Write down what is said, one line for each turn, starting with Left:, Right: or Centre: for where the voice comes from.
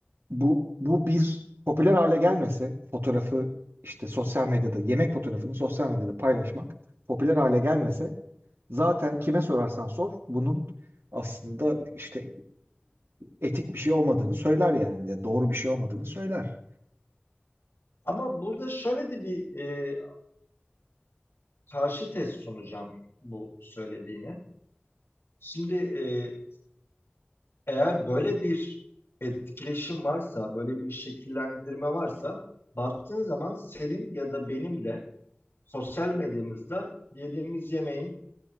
Right: bu bu bir popüler hale gelmese fotoğrafı işte sosyal medyada yemek fotoğrafını sosyal medyada paylaşmak popüler hale gelmese zaten kime sorarsan sor bunun aslında işte e, etik bir şey olmadığını söyler yani ve doğru bir şey olmadığını söyler.
Left: Ama burada şöyle de bir e, karşı test sunacağım bu söylediğine. Şimdi e, eğer böyle bir etkileşim varsa, böyle bir şekillendirme varsa baktığın zaman senin ya da benim de sosyal medyamızda yediğimiz yemeğin